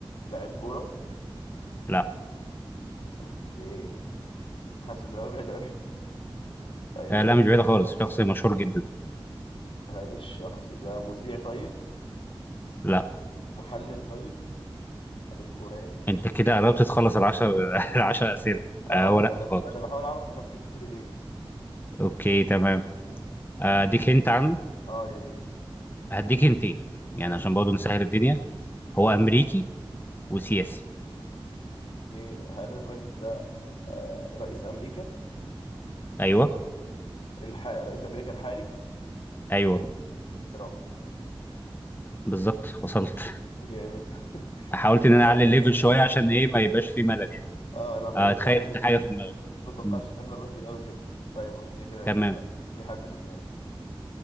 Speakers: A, on the left; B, on the left.
A: لاعب كورة
B: لا
A: اوكي حاسس ان هو بعيد قوي <laughs> طيب
B: آه
A: هل
B: لا مش بعيده خالص شخص مشهور جدا
A: هل الشخص ده مذيع طيب
B: لا
A: محلل طيب محلل كورة يعني
B: انت كده قربت تخلص العشر <laughs> العشر اسئله
A: اه
B: آه هو
A: ما
B: لا
A: انا
B: برضه
A: انا بحاول اعرف احنا في كاتيجوري ايه
B: اوكي تمام آه، اديك انت عنه
A: اه يا ريت
B: هديك انتين يعني
A: ماشي
B: عشان برضه نسهل الدنيا هو امريكي وسياسي
A: اوكي هل الراجل ده آه رئيس امريكا
B: ايوه
A: الح... رئيس امريكا الحالي
B: ايوه
A: ترامب
B: بالظبط وصلت
A: جامد <laughs>
B: حاولت ان
A: ما
B: انا
A: توقعتش
B: اعلي الليفل
A: ان
B: شويه عشان ايه ما يبقاش في ملل يعني
A: اه انا ما
B: آه،
A: توقعتش
B: تخيل انت حاجه في دماغك
A: ما توقعش
B: مم.
A: ان احنا نروح بعيد قوي كده طيب اوكي تمام
B: تمام
A: في حد في دماغي